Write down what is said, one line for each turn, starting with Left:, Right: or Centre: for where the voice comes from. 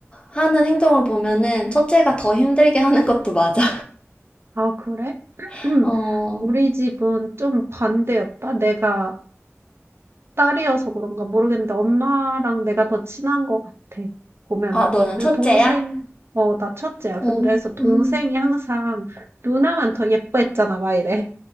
Left: 하는 행동을 보면은 첫째가 더 힘들게 하는 것도 맞아.
Right: 아 그래? <clears throat>
Left: <laughs> 어,
Right: 우리 집은 좀 반대였다. 내가 딸이어서 그런가 모르겠는데 엄마랑 내가 더 친한 것 같아, 보면은.
Left: 아, 너는
Right: 그
Left: 첫째야?
Right: 동생 어 나 첫째야.
Left: 어,
Right: 근데 그래서 동생이
Left: 음,
Right: 항상 "누나만 더 예뻐했잖아." 막 이래.